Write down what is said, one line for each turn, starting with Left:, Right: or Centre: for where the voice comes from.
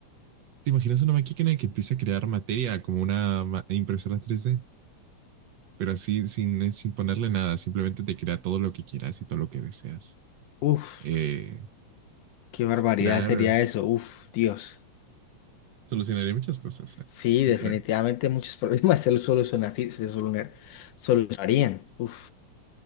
Right: ¿te imaginas una máquina que empieza a crear materia como una ma- impresora 3D? Pero así, sin, sin ponerle nada, simplemente te crea todo lo que quieras y todo lo que deseas.
Left: Uf.
Right: Eh,
Left: Qué barbaridad
Right: claro.
Left: sería eso. Uf, Dios.
Right: Solucionaría muchas cosas, eh,
Left: Sí, definitivamente
Right: yo creo.
Left: muchos <laughs> problemas se solucionan, sí, se solucionar- solucionarían. Uf,